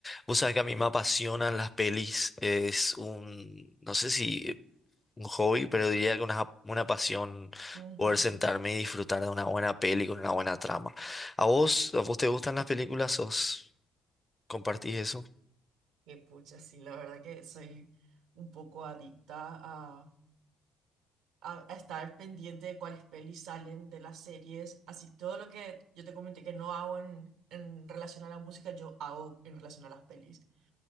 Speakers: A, on the left; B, on the right.
A: Vos sabés que a mí me apasionan las pelis, es un, no sé si un hobby, pero diría que una, una pasión
B: Ujú.
A: poder sentarme y disfrutar de una buena peli con una buena trama. ¿A vos, a vos te gustan las películas? ¿Os compartís eso?
B: Y pucha, sí, la verdad que soy un poco adicta a, a- a estar pendiente de cuáles pelis salen de las series. Así todo lo que yo te comenté que no hago en, en relación a la música, yo hago en relación a las pelis.